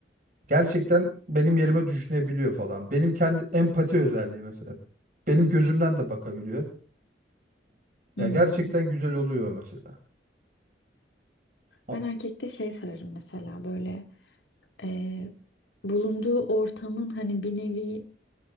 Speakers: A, on the right; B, on the left.
A: Gerçekten benim yerime düşünebiliyor falan. Benim kendi empati özelliği mesela. Benim gözümden de bakabiliyor. Ya
B: Hmm.
A: gerçekten güzel oluyor mesela. Ha,
B: Ben erkekte şey severim mesela böyle e, bulunduğu ortamın hani bir nevi